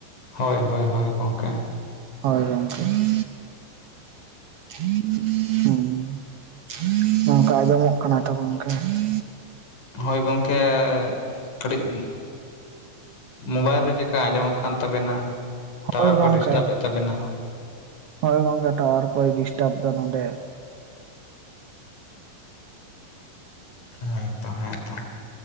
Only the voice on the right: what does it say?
ᱦᱳᱭ ᱜᱚᱝᱠᱮ᱾ <unintelligible> ᱚᱝᱠᱟ ᱟᱸᱡᱚᱢᱚᱜ ᱠᱟᱱᱟ ᱛᱚ ᱜᱚᱝᱠᱮ <unintelligible>
ᱦᱳᱭ
ᱜᱚᱝᱠᱮ
ᱦᱳᱭ ᱜᱚᱝᱠᱮ ᱴᱟᱣᱟᱨ ᱠᱚᱭ ᱰᱤᱥᱴᱟᱵ ᱮᱫᱟ ᱱᱚᱰᱮ᱾